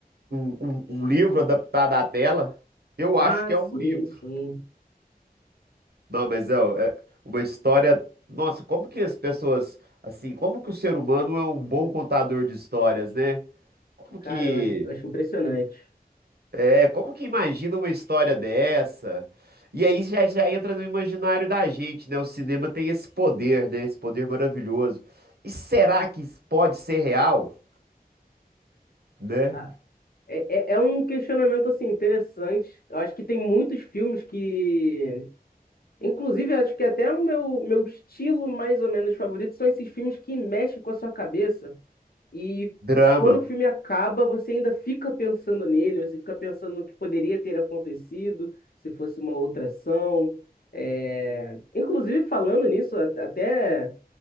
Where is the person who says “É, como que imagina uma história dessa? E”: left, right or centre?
Right